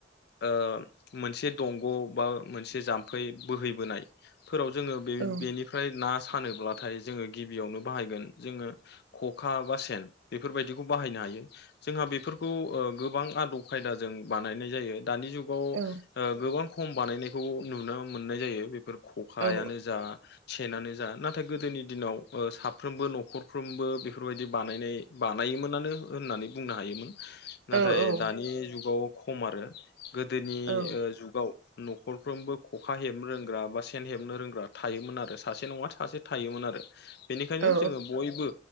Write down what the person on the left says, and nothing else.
ओ मोनसे दंग' बा मोनसे जाम्फै बोहैबोनाय फोराव जोंङो बे
बेनिफ्राय ना सानोब्लाथाय जोंङो गिबियावनो बाहायगोन जोंङो ख'खा बा सेन बेफोरबायदिखौ बाहायनो हायो। जोंहा बेफोरखौ उह गोबां आदब खायदाजों बानायनाय जायो दानि जुगाव
उह गोबां खम बानायनायखौ नुनो मोननाय जायो बेफोर खखायानो
जा। सेेनानो जा नाथाय गोदोनि दिनाव ओ साफ्रोमबो न'खरफ्रोमबो बेफोरबायदि बानायनाय बानायोमोनानो होननानै बुंनो हायोमोन। नाथाय
दानि जुगाव खम आरो गोदोनि
उह जुगाव न'खरफ्रोमबो खखा हेबनो रोंग्रा बा सेन हेबनो रोंग्रा थायोमोन आरो सासे नङा सासे थायोमोन आरो बेनिखायनो
जोङो बयबो